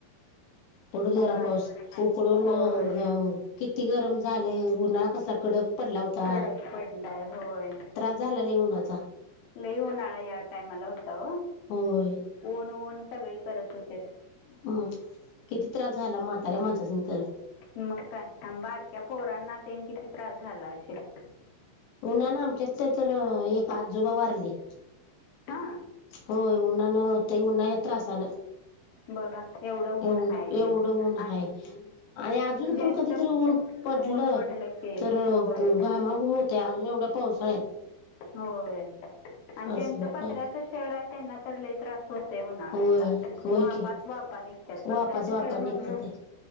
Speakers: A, on the left; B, on the left.
A: पडूदे जरा
B: हा
A: पाऊस उकडून
B: होय
A: घ किती गरम झालंय उन्हाळा कसला कडक पडला होता
B: कडक पडलाय होय
A: त्रास झाला नाही उन्हाचा.
B: लई उन्हाळा या टायमाला होता ओ
A: होय
B: ऊन ऊन सगळे करत होते.
A: मग किती त्रास झाला म्हाताऱ्या माणसासनी तरं.
B: मग काय बारक्या पोरांना तेन किती त्रास झाला अशील.
A: उन्हान आमच्यातल तर एक आजोबा वारले.
B: हा.
A: हो उन्हानं होत उन्हाच्या त्रासान.
B: बघा एवढं ऊन
A: एव
B: हाय
A: एवढं ऊन आहे
B: आणि
A: आणि अजून
B: ज्यांचं
A: पण कधीतरी ऊन पडलं
B: ऊन की
A: तर
B: होय
A: घामाघूम होत अजून एवढ्या पावसाळ्यात.
B: होय आणि ज्यांच
A: असल
B: पत्र्याच
A: काय
B: शेड हाय त्यांना तर लय त्रास होतय उन्हाळ्याचा.
A: होय होय
B: वाफाच
A: की
B: वाफा निघतात
A: वापाच
B: पतऱ्याच्या
A: वापा
B: शेडमधन
A: निघते ते